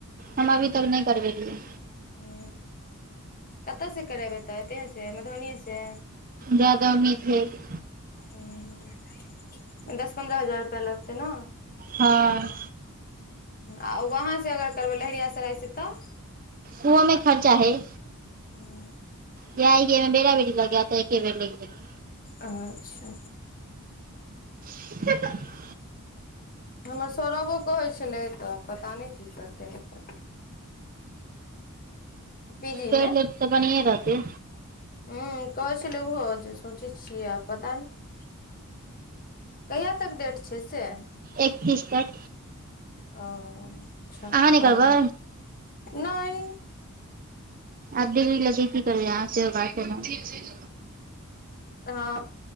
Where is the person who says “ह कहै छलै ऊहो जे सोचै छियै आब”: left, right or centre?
Left